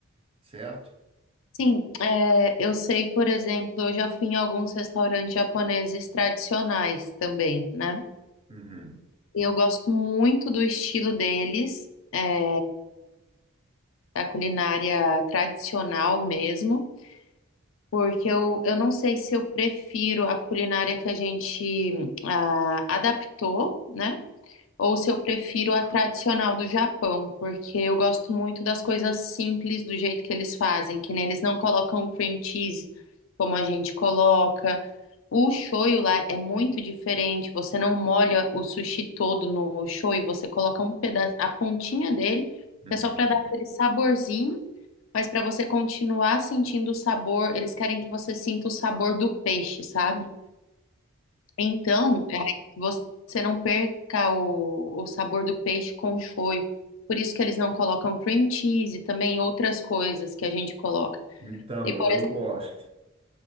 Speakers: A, on the right (about 25°); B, on the left (about 65°).
A: certo?
B: Sim,
A: E-
B: é, eu sei, por exemplo, eu já fui em alguns restaurantes japoneses tradicionais também, né?
A: Uhum,
B: E eu gosto muito do estilo deles, é, da culinária tradicional mesmo, porque eu, eu não sei se eu prefiro a culinária que a gente ah, adaptou, né? ou se eu prefiro a tradicional do Japão, porque eu gosto muito das coisas simples do jeito que eles fazem, que nem eles não colocam cream cheese como a gente coloca. O shoyu lá é muito diferente, você não molha o sushi todo no shoyu, você coloca um pedaço, a pontinha dele,
A: uhum.
B: que é só para dar aquele saborzinho, mas para você continuar sentindo o sabor, eles querem que você sinta o sabor do peixe, sabe? Então, é, você não perca o, o sabor do peixe com o shoyu. Por isso que eles não colocam cream cheese e também outras coisas que a gente coloca.
A: Então,
B: E, por
A: eu
B: exemplo,
A: gosto.